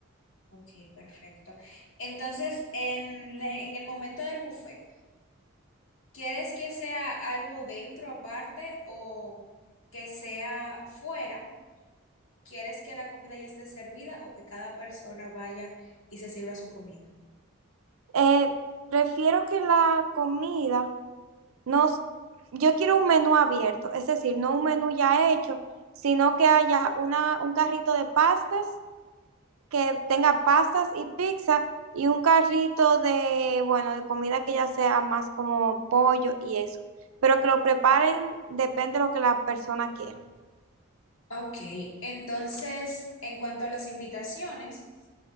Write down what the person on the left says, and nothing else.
Ok, perfecto. Entonces, en, la- en el momento del buffet, ¿quieres que sea algo dentro aparte o que sea fuera? ¿Quieres que la comida ya esté servida o que cada persona vaya y se sirva su comida?
Ok, entonces, en cuanto a las invitaciones,